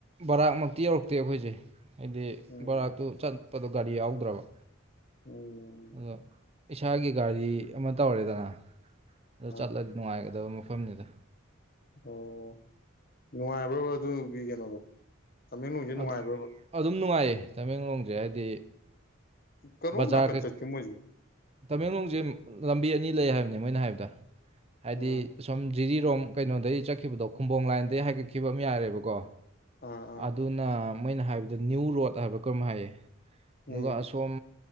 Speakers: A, on the right; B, on the left.
A: ꯕꯔꯥꯃꯛꯇꯤ ꯌꯧꯔꯛꯇꯦ ꯑꯩꯈꯣꯏꯁꯦ ꯍꯥꯏꯗꯤ
B: ꯎꯝ
A: ꯕꯣꯔꯥꯛꯇꯨ ꯑꯄꯗꯣ ꯒꯥꯔꯤ ꯌꯥꯎꯗ꯭ꯔꯕ
B: ꯎꯝ
A: ꯌꯦ ꯏꯁꯥꯒꯤ ꯒꯥꯔꯤ ꯑꯃ ꯇꯧꯔꯦꯗꯅ ꯑꯗ
B: ꯑ
A: ꯆꯠꯂꯗꯤ ꯅꯨꯡꯉꯥꯏꯒꯗꯕ ꯃꯐꯝꯅꯤꯗ
B: ꯑꯣ ꯅꯨꯡꯉꯥꯏꯕ꯭ꯔꯕ ꯑꯗꯨꯒꯤ ꯀꯩꯅꯣꯗꯣ ꯇꯃꯦꯡꯂꯣꯡꯁꯦ
A: ꯑꯗꯨ
B: ꯅꯨꯡꯉꯥꯏꯕ꯭ꯔꯕ
A: ꯑꯗꯨꯝ ꯅꯨꯡꯉꯥꯏꯌꯦ ꯇꯃꯦꯡꯂꯣꯡꯁꯦ ꯍꯥꯏꯗꯤ
B: ꯀꯕꯨ
A: ꯕꯖꯥꯔ
B: ꯅꯥꯀꯟ ꯆꯀꯤ ꯃ
A: ꯇꯃꯦꯡꯂꯣꯡꯁꯦ ꯂꯝꯕꯤ ꯑꯅꯤ ꯂꯩ ꯍꯥꯏꯕꯅꯦ ꯃꯣꯏꯅ ꯍꯥꯏꯕꯗ ꯍꯥꯏꯗꯤ
B: ꯑꯥ
A: ꯁꯣꯝ ꯖꯤꯔꯤꯔꯣꯝ ꯀꯩꯅꯣꯗꯒꯤꯩ ꯆꯠꯈꯤꯕꯗꯣ ꯈꯨꯝꯕꯣꯡ ꯂꯥꯏꯟꯗꯩ ꯍꯥꯏꯒꯠꯈꯤꯕ ꯑꯃ ꯌꯥꯔꯦꯕꯀꯣ
B: ꯑꯥ ꯑꯥ
A: ꯑꯗꯨꯅ ꯃꯩꯅ ꯍꯥꯏꯕꯗ ꯅ꯭ꯌꯨ ꯔꯣꯗ ꯍꯥꯏꯕ ꯀꯔꯝ ꯍꯥꯏꯌꯦ
B: ꯎꯝ
A: ꯑꯗꯨꯒ ꯑꯁꯣꯝ